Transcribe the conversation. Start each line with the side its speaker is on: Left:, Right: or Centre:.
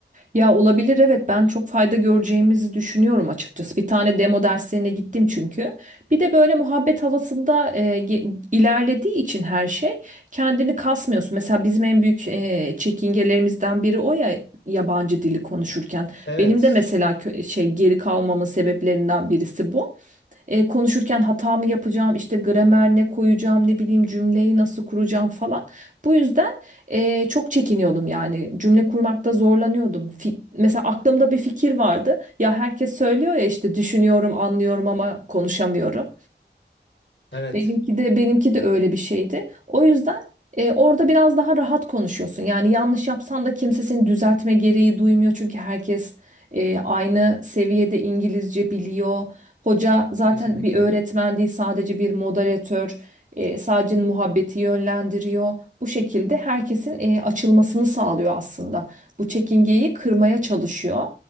Right: Ya olabilir evet ben çok fayda göreceğimizi düşünüyorum açıkçası. Bir tane demo derslerine gittim çünkü. Bir de böyle muhabbet havasında e, ge- ilerlediği için her şey kendini kasmıyorsun. Mesela bizim en büyük e, çekingelerimizden biri o ya yabancı dili konuşurken.
Left: Evet.
Right: Benim de mesela kö- şey geri kalmamın sebeplerinden birisi bu. E, konuşurken hata mı yapacağım, işte gramer ne koyacağım, ne bileyim cümleyi nasıl kuracağım falan. Bu yüzden e, çok çekiniyordum yani cümle kurmakta zorlanıyordum. Fi- mesela aklımda bir fikir vardı. Ya herkes söylüyor ya işte düşünüyorum, anlıyorum ama konuşamıyorum.
Left: Evet.
Right: Benimki de benimki de öyle bir şeydi. O yüzden e, orada biraz daha rahat konuşuyorsun. Yani yanlış yapsan da kimse seni düzeltme gereği duymuyor. Çünkü herkes e, aynı seviyede İngilizce biliyor. Hoca zaten
Left: Kesinlikle.
Right: bir öğretmen değil sadece bir moderatör. E, sadece muhabbeti yönlendiriyor. Bu şekilde herkesin e, açılmasını sağlıyor aslında. Bu çekingeyi kırmaya çalışıyor.